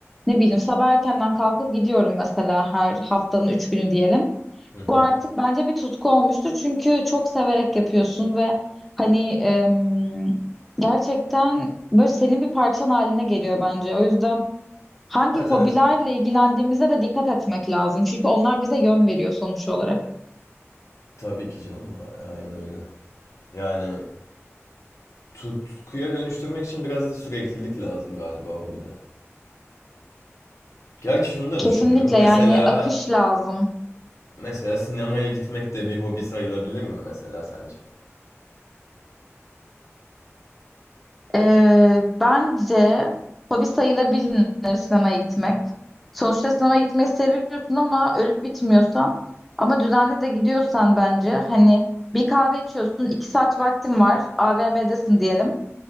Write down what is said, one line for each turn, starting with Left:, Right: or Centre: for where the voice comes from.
Centre: ne bileyim sabah erkenden kalkıp gidiyorum mesela her haftanın üç günü diyelim.
Left: Hı hı.
Centre: Bu artık bence bir tutku olmuştur çünkü çok severek yapıyorsun ve hani em, gerçekten böyle senin bir parçan haline geliyor bence. O yüzden hangi
Left: Evet
Centre: hobilerle
Left: evet.
Centre: ilgilendiğimize de dikkat etmek lazım. Çünkü onlar bize yön veriyor sonuç olarak.
Left: Tabii ki canım. a- Aynen öyle. Yani tutkuya dönüştürmek için biraz da süreklilik lazım galiba hobide. Gerçi şunu da
Centre: Kesinlikle
Left: düşünüyorum. Mesela
Centre: yani akış lazım.
Left: Mesela sinemaya gitmek de bir hobi sayılabilir mi mesela sence?
Centre: Ee, bence hobi sayılabilir sinemaya gitmek. Sonuçta sinemaya gitmeyi seviyorsun ama ölüp bitmiyorsan ama düzenli de gidiyorsan bence hani bir kahve içiyorsun, iki saat vaktin var, AVM'desin diyelim.